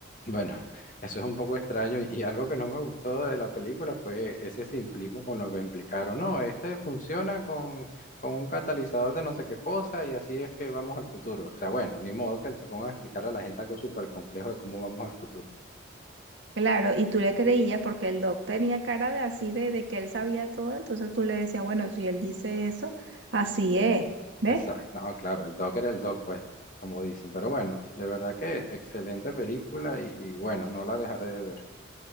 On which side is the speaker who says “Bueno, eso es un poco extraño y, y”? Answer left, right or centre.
Left